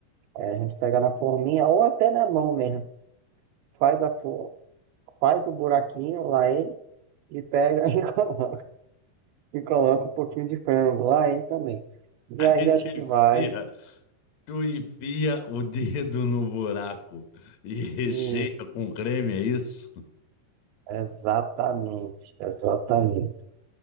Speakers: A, on the right; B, on the left.
A: É, a gente pega na forminha ou até na mão mesmo. Faz a for... faz o buraquinho lá ele e pega <laughs> e coloca, e coloca um pouquinho de frango lá ele também. E
B: Aí
A: aí
B: tu
A: a gente
B: enfia,
A: vai
B: tu enfia o dedo no buraco e recheia
A: isso.
B: com creme, é isso?
A: Exatamente, exatamente.